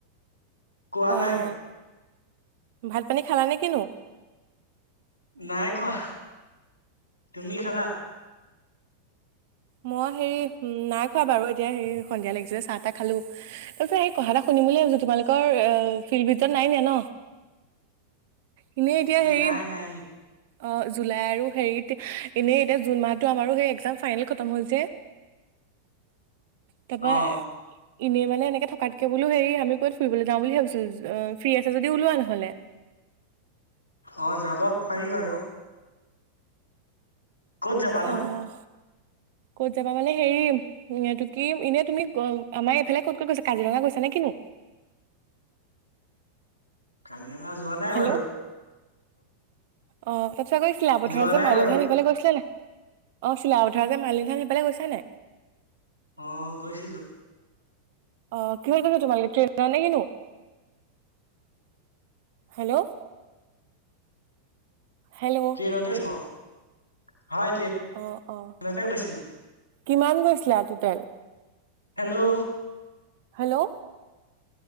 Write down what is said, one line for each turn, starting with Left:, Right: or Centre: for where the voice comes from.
Left: কোৱা
Right: অহ
Left: নাই
Right: ভাত পানী খালানে কিনো
Left: নাই খোৱা, তুমি খালা?
Right: মই হেৰি নাই খোৱা বাৰু এতিয়া হেৰি সন্ধিয়া লাগিছে চাহ তাহ খালো তাৰপিছত কথা এটা শুনিম বুলি ভাবিছোঁ তোমালোকৰ অ <inaudible> ভিতৰত নাই নিয়া ন এনেই এতিয়া হেৰি
Left: নাই নাই নিয়া
Right: অ জুলাই আৰু হেৰিত এনেই এতিয়া জুন মাহটো আমাৰ সেই এক্সাম ফাইনেল খতম হ'ল যে তাৰপৰা
Left: অ
Right: এনেই মানে এনেকে থকাতকে বোলো হেৰি আমি ক'ত ফুৰিবলৈ যাওঁ বুলি ভাবিছো ফ্ৰী আছে যদি ওলোৱা নহলে
Left: অ যাব পাৰি বাৰু ক'ত যাবানো
Right: আহ ক'ত যাবা মানে হেৰি এইটো কি এনে তুমি আমাৰ এইফালে ক'ত ক'ত গৈছা কাজিৰঙা গৈছা নে কিনো
Left: কাজিৰঙা যোৱা নাই
Right: হেল্ল'
Left: বাৰু
Right: অ <unintelligible> গৈছিলা বোধহয়,
Left: যোৱা
Right: যে
Left: নাই
Right: মালিধান
Left: বাৰু
Right: সেইফালে গৈছিলা নে? অ <unintelligible> মালিধান সিফালে গৈছা নে?
Left: অহ' গৈছিলোঁ।
Right: অ' কিহেৰে গৈছিলা তোমালোকে ট্ৰেইনেৰে নে কিনো? হেল্ল'। হেল্ল'
Left: ট্ৰেইনতে গৈ- অ' হয়
Right: অ' অ'
Left: ট্ৰেইনতে গৈছিলো
Right: কিমান গৈছিলা টোটেল?
Left: হেল্লো'।
Right: হেল্লো'।